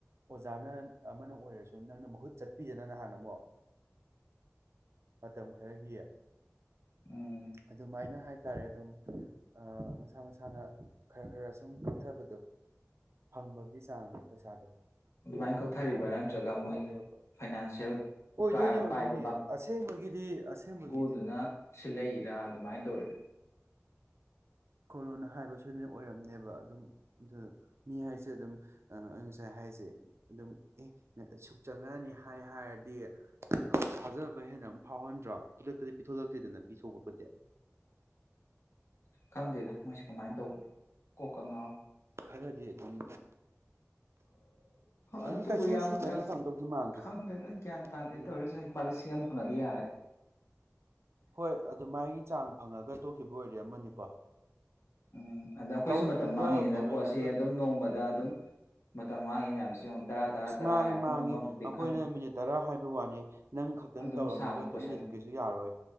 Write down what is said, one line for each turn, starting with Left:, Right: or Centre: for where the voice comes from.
Right: ꯑꯣꯖꯥꯅ ꯑꯃꯅ ꯑꯣꯏꯔꯁꯨ ꯅꯪꯅ ꯃꯍꯨꯠ ꯆꯠꯄꯤꯗꯅ ꯅꯍꯥꯟꯅ ꯑꯃꯨꯛ ꯃꯇꯝ ꯈꯔꯒꯤ
Left: ꯎꯝ
Right: ꯑꯗꯨꯃꯥꯏꯅ ꯍꯥꯏ ꯍꯥꯏꯇꯥꯔꯦ ꯑꯗꯨꯝ ꯃꯁꯥ ꯃꯁꯥꯅ ꯈꯔ ꯈꯔ ꯁꯨꯝ ꯀꯛꯊꯕꯗꯣ ꯐꯪꯕꯒꯤ ꯆꯥꯡꯗꯣ ꯄꯩꯁꯥꯗꯣ
Left: ꯑꯗꯨꯃꯥꯏꯅ
Right: ꯊꯕꯛꯅꯦ
Left: ꯀꯛꯊꯔꯤꯕ꯭ꯔꯥ
Right: ꯀꯣꯝ
Left: ꯅꯠꯇ꯭ꯔꯒ
Right: ꯀꯣꯝꯊꯣꯔꯛꯄ
Left: ꯃꯣꯏ
Right: ꯁꯨꯝ ꯀꯣꯝꯊꯂꯛꯄ
Left: ꯐꯥꯏꯅꯥꯟꯁꯤꯌꯦꯜ
Right: ꯑꯣꯏꯗꯣꯏꯅꯦ ꯑꯣꯏꯗꯣꯏꯅꯦ
Left: ꯄꯥꯏꯕ
Right: ꯑꯁꯦꯡꯕꯒꯤꯗꯤ ꯑꯁꯦꯡꯕꯒꯤ
Left: ꯑꯗꯨꯅ ꯁꯤ ꯂꯩꯔꯥ ꯑꯗꯨꯃꯥꯏꯅ ꯇꯧꯔꯤꯅꯦ
Right: ꯀꯣꯂꯣꯅ ꯍꯥꯏꯕ ꯁꯣꯏꯗꯅ ꯑꯣꯏꯔꯝꯅꯦꯕ ꯑꯗꯨꯝ ꯑꯗꯨ ꯃꯤ ꯍꯥꯏꯁꯦ ꯑꯗꯨꯝ ꯉꯁꯥꯏ ꯍꯥꯏꯁꯦ ꯑꯗꯨꯝ ꯑꯦ ꯁꯨꯛ ꯆꯪꯉꯛꯅꯤ ꯍꯥꯏ ꯍꯥꯏꯔꯗꯤ ꯊꯥꯖꯕ ꯍꯦꯟꯅ ꯑꯃ ꯐꯥꯎꯍꯟꯗ꯭ꯔꯣ ꯈꯨꯗ ꯛꯇꯗꯤ ꯄꯤꯊꯣꯂꯛꯇꯦꯗꯅ ꯄꯤ ꯁꯣꯛꯄꯠꯄꯗꯤꯦ
Left: ꯈꯪꯗꯦꯗ ꯃꯣꯏꯁꯦ ꯀꯃꯥꯏꯅ ꯇꯧꯕꯅꯣ ꯀꯣꯛꯀ ꯉꯥꯎꯋ
Right: ꯈꯔꯗꯤ ꯑꯗꯨꯝ ꯑꯗꯨꯝ
Left: ꯑꯗꯨꯕꯨ
Right: ꯀꯩꯁꯨ
Left: ꯌꯥꯝ
Right: ꯁꯨꯅꯗꯤ ꯐꯪꯗꯧꯗꯤ ꯃꯥꯟꯗ꯭ꯔꯦ
Left: ꯈꯪꯗꯦꯗ ꯒ꯭ꯌꯥꯟ ꯇꯥꯗꯦ
Right: ꯑꯩꯅ
Left: ꯇꯧꯔꯤꯁꯦ
Right: ꯈꯟꯕ
Left: ꯂꯨꯄꯥ ꯂꯤꯁꯤꯡ ꯑꯃ ꯐꯪꯉꯗꯤ ꯌꯥꯔꯦ
Right: ꯍꯣꯏ ꯑꯗꯨꯃꯥꯏꯒꯤ ꯆꯥꯡ ꯐꯪꯉꯒ ꯇꯣꯛꯈꯤꯕ ꯑꯣꯏꯔꯦ ꯑꯃꯅꯤꯀꯣ
Left: ꯎꯝ ꯑꯗ ꯑꯩꯈꯣꯏꯁꯨ
Right: ꯇꯧꯔꯤꯗꯨꯒ
Left: ꯃꯇꯝ ꯃꯥꯡꯉꯤꯅꯤꯅꯀꯣ
Right: ꯐꯪꯉꯛꯏꯗꯨꯒ
Left: ꯁꯤ ꯑꯗꯨꯝ ꯅꯣꯡꯃꯗ ꯑꯗꯨꯝ ꯃꯡꯉꯤ ꯃꯌꯥꯝꯁꯤ ꯇꯔꯥ ꯇꯔꯥ
Right: ꯑꯁ
Left: ꯇꯔꯥ
Right: ꯃꯥꯡꯉꯤ
Left: ꯍꯥꯏꯔ ꯄꯨꯡ
Right: ꯃꯥꯡꯉꯤ
Left: ꯑꯃꯃꯨꯛꯇꯤ
Right: ꯑꯩꯈꯣꯏꯅ
Left: ꯈꯪ
Right: ꯃꯤꯅꯤꯠ ꯇꯔꯥ ꯍꯥꯏꯕ ꯋꯥꯅꯤ ꯅꯪ ꯈꯛꯇꯪ
Left: ꯑꯗꯨꯝ
Right: ꯇꯧꯔꯝꯃꯒ
Left: ꯁꯥꯡꯉꯤ
Right: ꯇꯨꯃꯤꯠ
Left: ꯀꯣꯏꯁꯟ
Right: ꯂꯩꯊꯣꯛꯀꯦꯁꯨ ꯌꯥꯔꯣꯏ